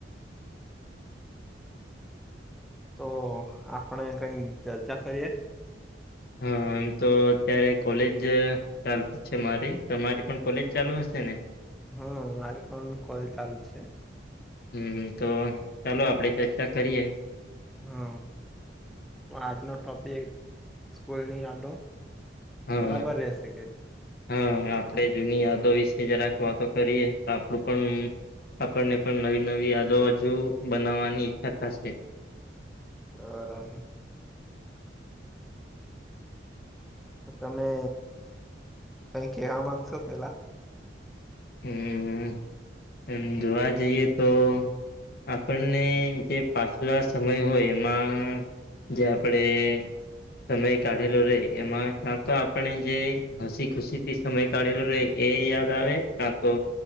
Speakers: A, in the centre; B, on the left.
A: તો આપણે કઈ ચર્ચા કરીએ.
B: હા એમ તો અત્યારે કોલેજ ચાલત. છે મારી તમારી પણ કોલેજ ચાલુ હશે ને.
A: હમ આ કોલે ચાલુ છે.
B: હમ તો ચાલો આપડે ચર્ચા કરીએ.
A: હા તો આજનો ટોપિક સ્કૂલની આડો.
B: હા
A: બરાબર રહેશે કે.
B: હા આપણેે જૂની યાદો વિશે જરાક વાતો કરીએ તો આપડું પણ. આપણને પણ નવી નવી યાદો હજુ બનાવવાની ઈચ્છા થશે.
A: બરામ. તો તમે કઈ કવા માંગશો પેલા.
B: હમ એમ જોવા જઈએ તો. આપણને જે પાછલા સમય હોય એમાં. જે આપડે. સમય કાઢેલો રહેે એમાં ક્યાં તો આપણે જે હસી ખુશી થી. સમય કાઢેલો રહે એ યાદ આવે કા તો.